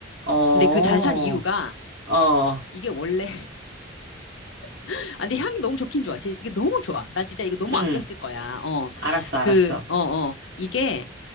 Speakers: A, on the right (about 55°); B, on the left (about 70°).
A: 어,
B: 근데 그 잘 산 이유가
A: 어,
B: 이게 원래 <laughs> 아 근데 향이 너무 좋긴 좋아. 진짜 이게 너무 좋아. 나 진짜 이거 너무
A: 응,
B: 아꼈을 거야. 어.
A: 알았어, 알았어.
B: 그, 어, 어. 이게